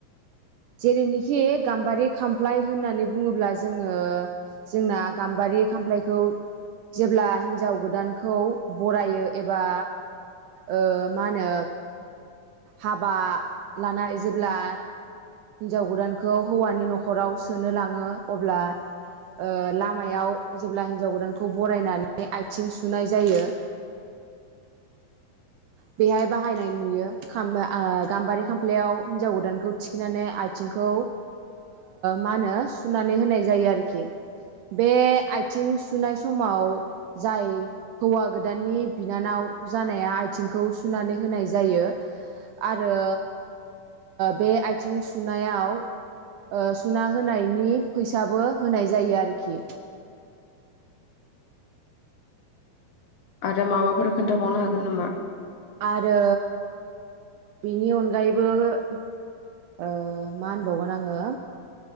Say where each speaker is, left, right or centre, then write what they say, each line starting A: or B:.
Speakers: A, on the right; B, on the left.
A: जेरैनिखि गाम्बारि खामफ्लाय होननानै बुंङोब्ला जोंङो जोंना गाम्बारि खामफ्लायखौ जेब्ला हिन्जाव गोदानखौ बरायो एबा ओ मा होनो हाबा लानाय जेब्ला हिन्जाव गोदानखौ हौवानि न'खराव सोनो लांङो अब्ला ओ लामायाव जेब्ला हिन्जाव गोदानखौ बरायनानै आथिं सुनाय जायो बेहाय बाहायनाय नुयो। खाम ओ गाम्बारि खामफ्लायाव हिन्जाव गोदानखौ थिखोनानै आथिंखौ मा होनो सुनानै होनाय जायो आरोखि बे आथिं सुनाय समाव जाय हौवा गोदाननि बिनानाव जानाया आइथिंखौ सुनानै होनाय जायो आरो बे आइथिं सुनायाव सुना होनायनि फैसाबो होनाय जायो आरोखि
B: आरो माबाफोर खोन्थाबावनो हागोन नामा?
A: आरो बिनि अनगायैबो मा होनबावगोन आङो